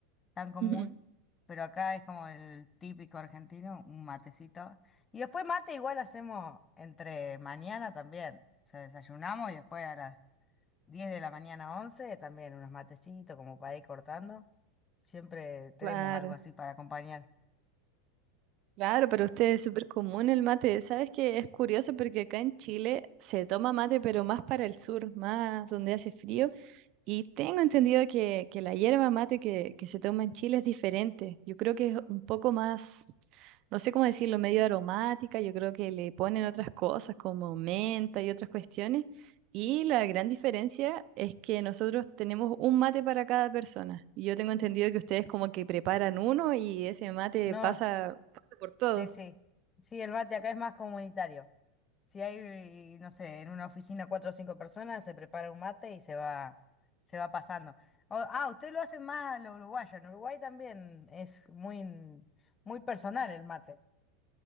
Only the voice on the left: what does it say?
tan común,
pero acá es como el típico argentino, un matecito. Y después mate igual hacemos entre mañana también. O sea, desayunamos y después a las 10 de la mañana, 11 también unos matecitos como para ir cortando. Siempre tenemos
algo así para acompañar.
No,
sí, sí. Sí, el mate acá es más comunitario. Si hay, no sé, en una oficina cuatro o cinco personas, se prepara un mate y se va, se va pasando. O- ah, ustedes lo hacen más lo uruguayo. En Uruguay también es muy, muy personal el mate.